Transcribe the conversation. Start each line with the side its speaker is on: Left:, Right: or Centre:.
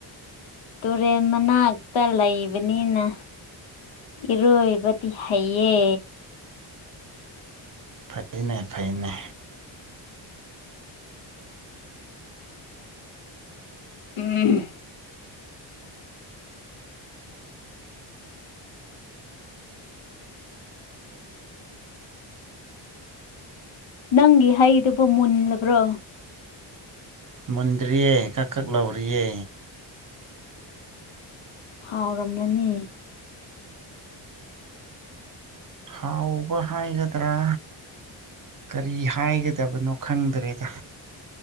Left: ꯇꯨꯔꯦꯟ ꯃꯅꯥꯛꯇ ꯂꯩꯕꯅꯤꯅ ꯏꯔꯣꯏꯕꯗꯤ ꯍꯩꯌꯦ꯫
Right: ꯐꯩꯅꯦ ꯐꯩꯅꯦ
Left: ꯎꯝ ꯅꯪꯒꯤ ꯍꯩꯗꯨꯕꯨ ꯃꯨꯜꯂꯕ꯭ꯔꯣ?
Right: ꯃꯨꯟꯗ꯭ꯔꯤꯌꯦ ꯀꯛ ꯀꯛ ꯂꯥꯎꯔꯤꯌꯦ꯫
Left: ꯍꯥꯎꯔꯝꯂꯅꯤ꯫
Right: ꯊꯥꯎꯕ ꯍꯥꯏꯒꯗ꯭ꯔꯥ? ꯀꯔꯤ ꯍꯥꯏꯒꯗꯕꯅꯣ ꯈꯪꯗ꯭ꯔꯦꯗ